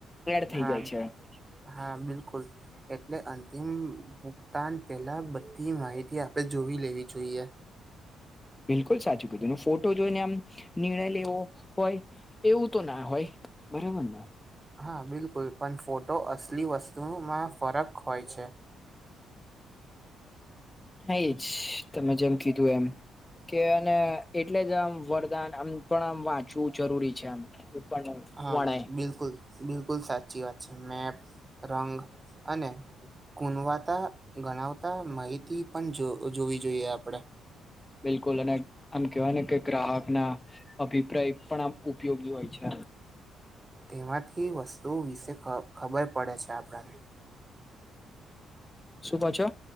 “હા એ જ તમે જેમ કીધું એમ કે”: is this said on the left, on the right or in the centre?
Left